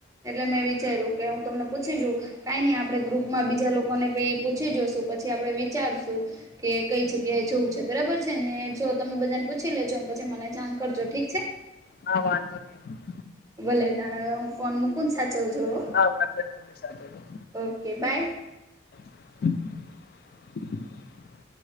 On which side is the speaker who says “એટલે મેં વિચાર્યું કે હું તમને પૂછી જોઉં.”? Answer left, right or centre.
Right